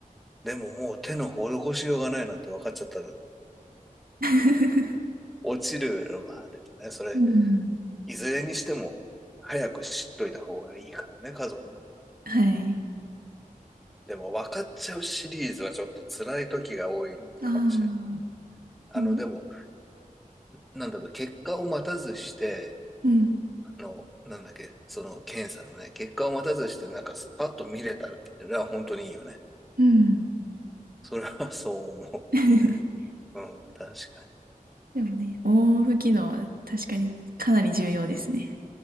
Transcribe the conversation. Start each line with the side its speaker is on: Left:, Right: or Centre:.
Centre: でももう手の施しようがないなんて分かっちゃったら、
Right: <laughs>
Centre: 落ちる。まあでもね、それ、
Right: うん。
Centre: いずれにしても、早く知っといた方がいいからね、家族の場合。
Right: <laughs> はい。
Centre: でも分かっちゃうシリーズはちょっと辛い時が多いかもしれない。
Right: ああ、
Centre: あの、
Right: も
Centre: でも、なんだろう、結果を待たずして、
Right: う、うん。
Centre: あの、なんだっけ、その検査のね、結果を待たずして、なんかすパッと見れたら、本当にいいよね。
Right: うん。
Centre: それはそう思
Right: <laughs>
Centre: う。うん、確かに。
Right: でもね、オンオフ機能は確かにかなり重要ですね。